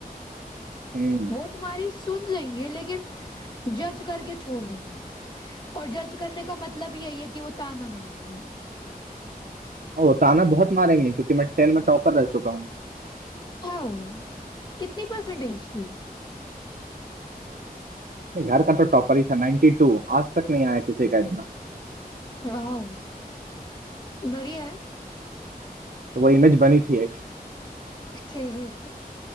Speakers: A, on the right; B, on the left.
A: हम्म
B: वो तुम्हारी सुन लेंगे लेकिन जज करके छोड़ देंगे और जज करने का मतलब यही है कि वो ताना मारेंगे
A: वो ताना बहुत मारेंगे क्योंकि मैं टेन में टॉपर रह चुका हूँ
B: आओ कितनी परसेंटेज थी
A: नहीं, घर का तो टॉपर ही था 92 आज तक नहीं आया किसी का इतना
B: वाह बढ़िया है
A: तो वो इमेज बनी थी एक
B: <laughs>